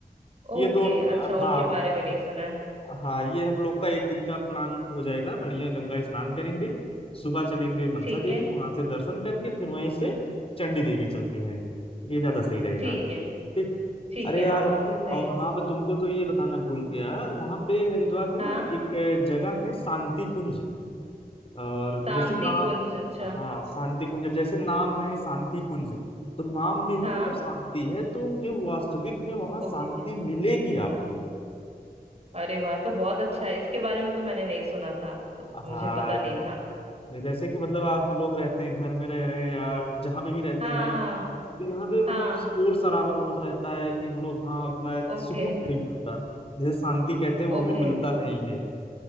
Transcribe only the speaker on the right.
ओके
अच्छा उनके
बारे में नहीं सुना है
ठीक
है
ठीक है
ठीक
है
हाँ बिल्कुल सही
है
हाँ
शांति
कुंज अच्छा
हाँ
ओके
अरे वाह तो बहुत अच्छा है इसके बारे में तो मैंने नहीं सुना था तो मुझे
पता नहीं था
हाँ
हाँ
हाँ
ओके
ओके